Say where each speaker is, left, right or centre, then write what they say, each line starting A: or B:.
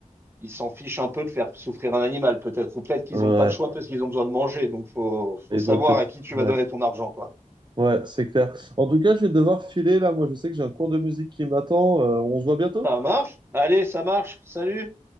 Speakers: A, on the right; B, on the right.
A: ils s'en fichent un peu de faire souffrir un animal, peut-être, ou peut-être qu'ils
B: ouais.
A: n'ont pas le choix parce qu'ils ont besoin de manger. Donc, faut,
B: Ils
A: faut savoir
B: ont peut-être.
A: à qui tu
B: Ouais,
A: vas donner ton argent, quoi.
B: ouais, c'est clair. En tout cas, je vais devoir filer là. Moi, je sais que j'ai un cours de musique qui m'attend. Euh, on se voit bientôt?
A: Ça marche? Allez, ça marche. Salut!